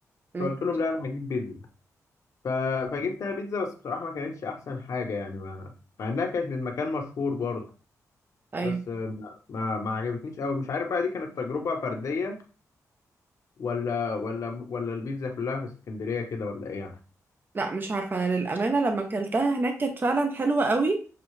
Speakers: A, on the right (about 35°); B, on the left (about 60°).
A: مم.
B: فقلت لهم لا أنا هجيب بيتزا ف... فجبتها بيتزا بس بصراحة ما كانتش أحسن حاجة يعني ما... مع إنها كانت من مكان مشهور برضه
A: ايوه
B: بس ما ما, ما عجبتنيش أوي مش عارف بقى دي كانت تجربة فردية ولا ولا ولا البيتزا كلها في اسكندرية كده ولا إيه يعني
A: لا مش عارفة أنا للأمانة لما أكلتها هناك كانت فعلا حلوة قوي